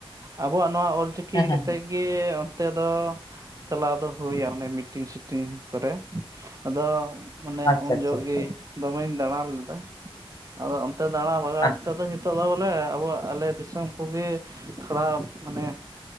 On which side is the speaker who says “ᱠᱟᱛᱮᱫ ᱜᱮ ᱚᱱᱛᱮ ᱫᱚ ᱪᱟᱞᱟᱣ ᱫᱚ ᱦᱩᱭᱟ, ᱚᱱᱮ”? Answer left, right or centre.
Right